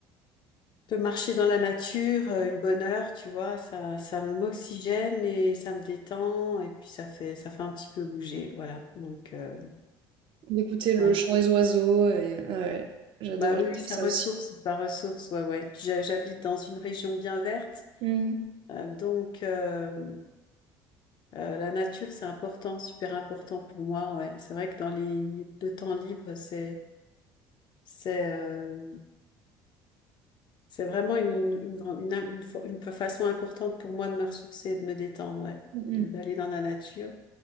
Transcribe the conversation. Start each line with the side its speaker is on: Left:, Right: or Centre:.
Left: de marcher dans la nature, euh, une bonne heure, tu vois, ça, ça m'oxygène et ça me détend. Et puis, ça fait, ça fait un petit peu bouger. Voilà. Donc, euh,
Right: D'écouter le
Left: ouais.
Right: chant des oiseaux et ah ouais, j'adore,
Left: Bah oui,
Right: j'adore
Left: oui, ça
Right: ça
Left: ressource,
Right: aussi.
Left: ça ressource. Ouais, ouais. J'ha- J'habite dans une région bien verte.
Right: Mmh.
Left: Euh, donc, euh, euh, la nature, c'est important, super important pour moi. Ouais. C'est vrai que dans les, les- le temps libre, c'est, c'est, euh, c'est vraiment une, une, une, grande- une, une fa- une façon importante pour moi de me ressourcer et de me détendre, ouais.
Right: Mmh
Left: De- D'aller dans la nature